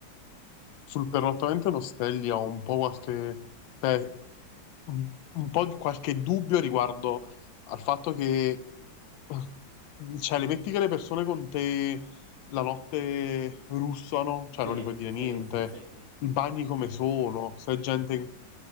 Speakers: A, on the left; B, on the right.
A: Sul perlottamento lo Stelli ho un po' qualche, eh, un un po' di qualche dubbio riguardo al fatto che eh, cioè, le metti che le persone con te la notte russano, cioè
B: Sì,
A: non gli puoi dire
B: sì,
A: niente,
B: sì, sì.
A: i bagni come sono, se è gente... in-